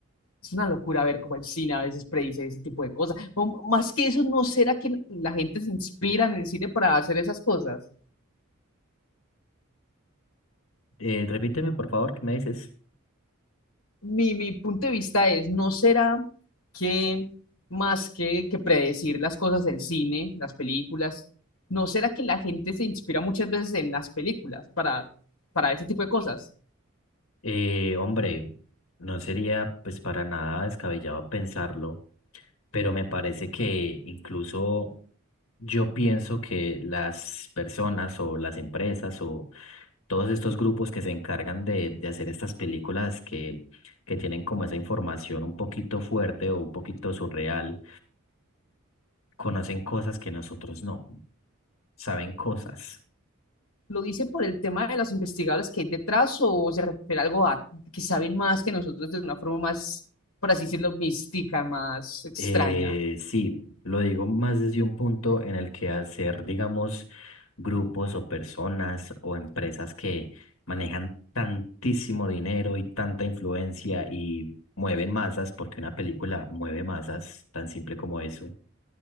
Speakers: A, on the left; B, on the left.
A: Es una locura ver cómo el cine a veces predice ese tipo de cosas. O, más que eso, ¿no será que la gente se inspira en el cine para hacer esas cosas?
B: Eh, repíteme, por favor, ¿qué me dices?
A: mi, mi punto de vista es, ¿no será que más que, que predecir las cosas del cine, las películas, ¿no será que la gente se inspira muchas veces en las películas para, para ese tipo de cosas?
B: Eh, hombre, no sería pues para nada descabellado pensarlo, pero me parece que incluso yo pienso que las personas o las empresas o todos estos grupos que se encargan de, de hacer estas películas que, que tienen como esa información un poquito fuerte o un poquito surreal, conocen cosas que nosotros no, saben cosas.
A: ¿Lo dice por el tema de los investigadores que hay detrás o se refiere a algo a que saben más que nosotros de una forma más, por así decirlo, mística, más extraña?
B: Eh, sí, lo digo más desde un punto en el que hacer, digamos, grupos o personas o empresas que manejan tantísimo dinero y tanta influencia y mueven masas, porque una película mueve masas, tan simple como eso,